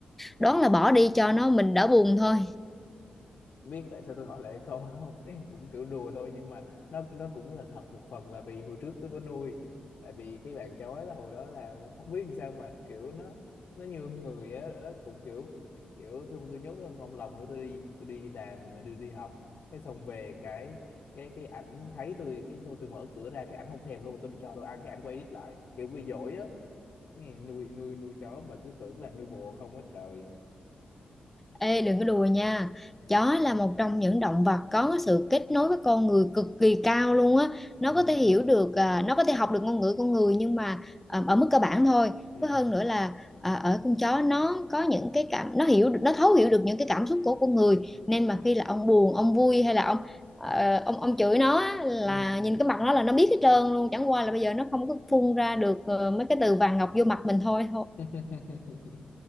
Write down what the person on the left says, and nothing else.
biết tại sao tôi hỏi lại câu không <laughs> Ý, cũng kiểu đùa thôi nhưng mà nó nó cũng là thật một phần là vì hồi trước tôi có nuôi tại vì cái bạn chó ấy là hồi đó là không biết làm sao mà kiểu nó nó nhường người á nó cũng kiểu kiểu xong tôi nhốt nó trong, trong lòng của tôi đi tôi đi làm đi đi học thế xong về cái cái cái ảnh thấy tôi cái xong tôi mở cửa ra cái ảnh không thèm luôn tôi cho đồ ăn cái ảnh quay đít lại kiểu bị dỗi á Nghe nuôi nuôi nuôi chó mà cứ tưởng là nuôi bồ không hết trời
ừ
hử,
ừ
ừ
<laughs>